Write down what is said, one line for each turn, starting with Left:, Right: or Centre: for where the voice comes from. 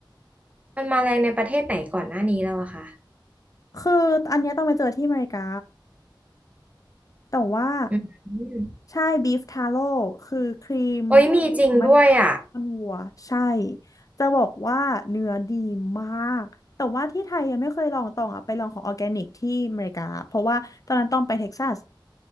Right: มันมาแรงในประเทศไหนก่อนหน้านี้แล้วอะคะ
Left: คืออันเนี้ยต้องไปเจอที่อเมริกาแต่ว่า
Right: อืม
Left: ใช่บีฟทาโร่คือครีม
Right: โอ้ยมีจริงด้วยอ่ะ
Left: มันมันวัวใช่จะบอกว่าเนื้อดีมากแต่ว่าที่ไทยยังไม่เคยลองตองอ่ะไปลองของออร์แกนิกที่อเมริกาเพราะว่าตอนนั้นต้องไปเท็กซัส